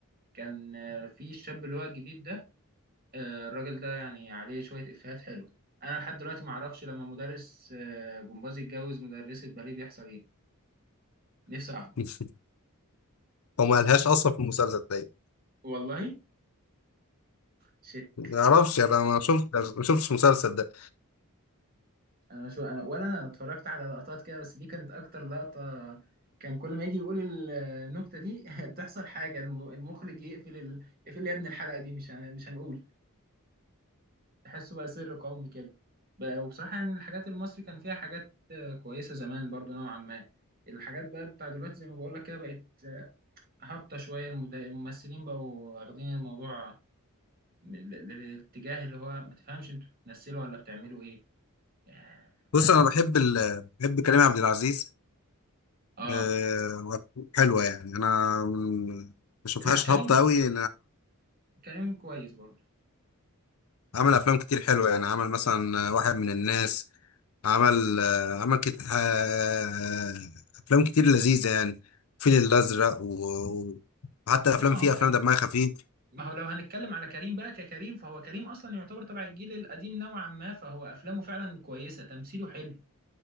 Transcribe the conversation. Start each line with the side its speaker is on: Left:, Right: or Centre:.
Right: كان آه، في الشاب اللي هو الجديد ده آه، الراجل ده يعني عليه شويه افيهات حلو انا لحد دلوقتي ما اعرفش لما مدرس آه، جمباز يتجوز مدرسه باليه بيحصل ايه نفسي اعرف
Left: <laughs> هو ما لهاش اصلا في المسلسل ده
Right: والله شت
Left: ما اعرفش انا ما شفت ما شفتش المسلسل ده
Right: انا شو أنا ولا انا اتفرجت على لقطات كده بس دي كانت اكتر لقطة كان كل ما يجي يقول ال- النكتة دي <laughs> تحصل حاجة الم- المخرج يقفل ال... يقفل يا ابني الحلقة دي مش هن- مش هنقول تحسه بقى سر قومي كده بقى وبصراحة يعني الحاجات المصري كان فيها حاجات آه، كويسة زمان برضو نوعا ما الحاجات بقى بتاع دلوقتي زي ما بقول لك كده بقت هابطة شوية المد- الممثلين بقوا واخدين الموضوع ل- ل- للاتجاه اللي هو ما تفهمش انتوا بتمثلوا ولا بتعملوا ايه آه،
Left: بص
Right: بقى
Left: انا
Right: بقى-
Left: بحب ال... بحب كريم عبد العزيز
Right: اه
Left: آه، حلوه يعني انا من- ما بشوفهاش
Right: لا كريم
Left: هابطه قوي
Right: كريم كويس برضو
Left: عمل افلام كتير حلوه يعني عمل مثلا واحد من الناس عمل آه، عمل كتير آه، افلام كتير لذيذه يعني الفيل الازرق و- وحتى
Right: لا
Left: افلام
Right: ما
Left: فيها
Right: هو ك...
Left: افلام دمها خفيف
Right: ما هو لو هنتكلم على كريم بقى ككريم فهو كريم اصلا يعتبر تبع الجيل القديم نوعا ما فهو افلامه فعلا كويسه تمثيله حلو